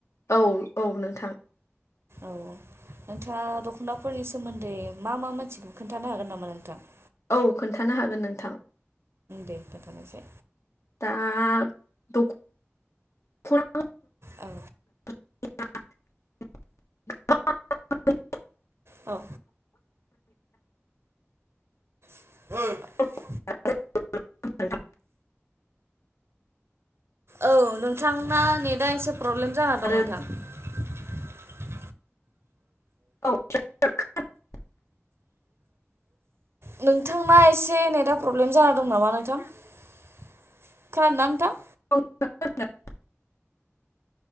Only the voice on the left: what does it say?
औ औ नोंथां
औ खोन्थानो हागोन नोंथां।
दा द <unintelligible>
<unintelligible>
<unintelligible>
आरो
<unintelligible>
<inaudible>